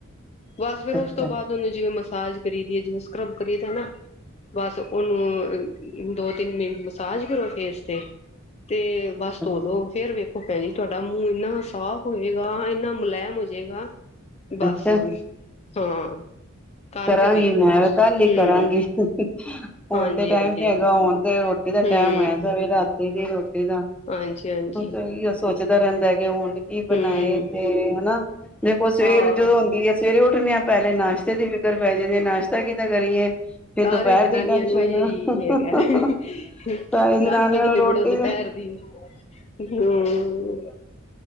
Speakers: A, on the left (about 30°); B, in the centre.
A: ਬਸ ਫਿਰ ਉਸ
B: ਅੱਛਾ
A: ਤੋਂ ਬਾਅਦ ਉਹਨੇ ਜਿਵੇਂ ਮ ਮਸਾਜ ਕਰੀਦੀ ਹ ਜਿਵੇਂ ਸਕਰੱਬ ਕਰੀਦਾ ਬਸ ਉਹਨੂੰ ਦੋ ਤਿੰਨ ਮਿੰਟ ਮਸਾਜ ਕਰੋ ਫੇਸ ਤੇ ਤੇ ਬਸ
B: ਅੱਛਾ
A: ਧੋਲੋ ਫੇਰ ਵੇਖੋ ਭੈਣ ਜੀ ਤੁਹਾਡਾ ਮੂੰਹ ਇੰਨਾ ਸਾਫ਼ ਹੋਏਗਾ। ਇੰਨਾ ਮੁਲਾਇਮ ਜੇਗਾ। ਬਸ
B: ਅੱਛਾ
A: ਜੀ ਹਾਂ। ਕਰਕੇ
B: ਕਰਾਂਗੀ
A: ਵੇਖਣਾ
B: ਮੈਂ
A: ਤੁਸੀਂ
B: ਕੱਲ ਹੀ
A: ਹਮ
B: ਕਰਾਂਗੀ ਫੋਨ
A: ਹਾਂਜੀ
B: ਤੇ। ਟਾਈਮ
A: ਹਾਂਜੀ
B: ਨੀ ਹੈਗਾ ਹੁਣ ਤੇ ਰੋਟੀ ਦਾ
A: ਹਮ
B: ਟਾਈਮ ਹੈਇਆ ਵੇ ਰਾ ਤੁਹੀ ਰੌ ਗਾ।
A: ਹਾਂਜੀ ਹਾਂਜੀ
B: ਹੁਣ ਤੇ ਓਇਓ ਸੋਚ ਰਹਿੰਦਾ ਹੈ। ਹੁਣ ਕੀ ਬਣਾਏ
A: ਹਮ
B: ਤੇ ਹਨਾ ਦੇੇਖੋ ਸਵੇਰ
A: ਹਾਂ
B: ਜਦੋਂ ਹੁੰਦੀ ਹੈ। ਸਵੇਰੇ ਉੱਠ ਆਂ ਪਹਿਲੇ ਨਾਸ਼ਤੇ ਦੀ ਵੀ ਦੀ ਪੈ ਜਾਂਦੇ ਨਾਸ਼ਤਾ ਕਿੱਦਾਂ ਕਰੀਏ? ਫਿਰ
A: ਸਾਰੇ
B: ਦੁਪਹਿਰ
A: ਜਨਾਨੀਆਂ
B: ਦੀ ਟੈਨਸ਼ਨ
A: ਨੂੰ ਏਹਿਹੋ ਹੈਗਾ <unintelligible>
B: ਸਾਰੀ ਜਨਾਨੀਆਂ
A: ਨਾਸ਼ਤੇ ਤੋਂ
B: ਨੂੰ
A: ਨਿਬੜੋ
B: ਰੋਟੀ
A: ਦੁਪਹਿਰ
B: ਹਾਂ
A: ਦੀ <unintelligible> ਹੂੰ।